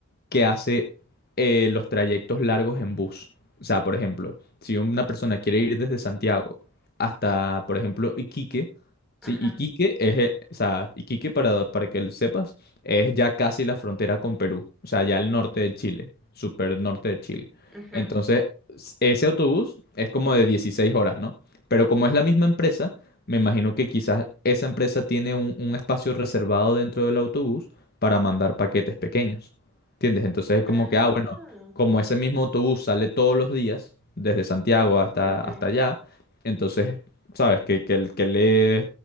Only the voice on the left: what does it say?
que hace eh, los trayectos largos en bus. O sea, por ejemplo, si una persona quiere ir desde Santiago hasta, por ejemplo, Iquique,
sí, Iquique es, eh, o sea, Iquique para, para que lo sepas, es ya casi la frontera con Perú, o sea, ya el norte de Chile, super norte de Chile.
Entonces, s- ese autobús es como de 16 horas, ¿no? Pero como es la misma empresa, me imagino que quizás esa empresa tiene un un espacio reservado dentro del autobús para mandar paquetes pequeños. ¿Entiendes? Entonces es como
que, ah, bueno,
como ese mismo autobús sale todos los días, desde Santiago hasta,
hasta allá, entonces, ¿sabes? Que, que, el- que le,